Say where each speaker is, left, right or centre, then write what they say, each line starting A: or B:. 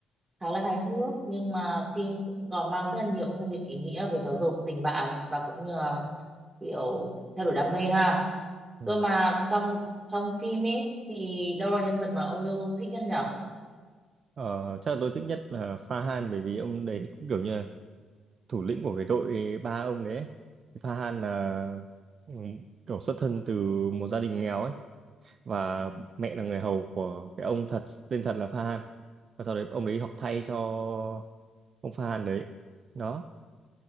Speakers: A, on the right; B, on the right.
A: khá là hài hước nhưng mà phim cũng còn mang rất là nhiều thông điệp ý nghĩa về giáo dục tình bạn và cũng như là kiểu theo đuổi đam mê ha
B: Ừ.
A: cơ mà trong trong phim ấy thì đâu là nhân vật mà ông yêu thích nhất nhở
B: Ờ, chắc là tôi thích nhất là Pha Han bởi vì ông đấy cũng kiểu như là thủ lĩnh của cái đội ba ông đấy ấy. Farhan là ừ, kiểu xuất thân từ một gia đình nghèo ấy và mẹ là người hầu của cái ông thật tên thật là Farhan và sau đấy ông đấy học thay cho ông Farhan đấy đó